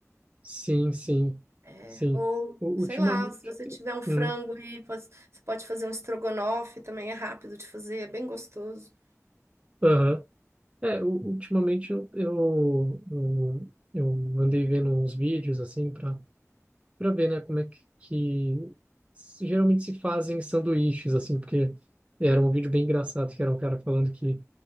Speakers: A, on the right; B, on the right.
A: sim, sim,
B: é,
A: sim.
B: ou
A: U-
B: sei
A: Ultimamente,
B: lá, se você tiver um frango
A: hum,
B: aí, pode- você pode fazer um estrogonofe também, é rápido de fazer, é bem gostoso.
A: aham. É, u- ultimamente eu, eu, eu, eu andei vendo uns vídeos assim para para ver, né, como é que, que se- geralmente se fazem sanduíches assim, porque era um vídeo bem engraçado que era um cara falando que